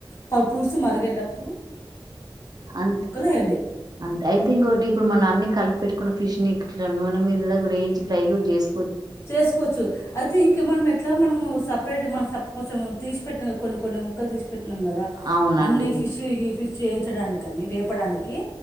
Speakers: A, on the left; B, on the right.
A: ప పులుసు మరిగేటప్పు
B: ఆంట్
A: వేయండి
B: అంతే ఐ థింక్ ఒకటి ఇప్పుడు మన అన్ని కలిపి పెట్టుకున్న ఫిష్ ని ఇట్లా నూనె మీద కూడా వేయించి ఫ్రై కూడా చేసు
A: చేసుకోవచ్చు అయితే ఇంక మనం ఎట్లా మనము సపరేట్ మన సెపరేట్ కొంచెం తీసి పెట్ కొన్ని కొన్ని ముక్కలు తీసి పెట్టు పెట్టినాం కదా
B: అవునండి
A: అన్నీ ఫిష్ ఈ ఫిష్ చేయించడానికి కాని వేపడానికి కి